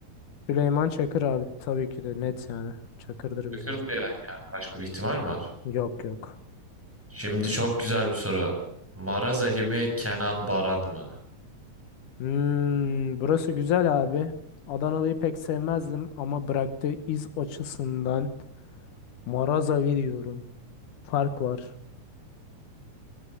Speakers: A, on the left; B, in the centre.
A: Süleyman Çakır abi tabii ki de net yani. Çakır'dır
B: Çakır
A: bizim için.
B: da yani ya. Başka bir ihtimal mi var?
A: Yok yok.
B: Şimdi çok güzel bir soru. Maraz Ali mi, Kenan Baran mı?
A: Hmm, burası güzel abi. Adanalı'yı pek sevmezdim ama bıraktığı iz açısından Marazavi diyorum. Fark var.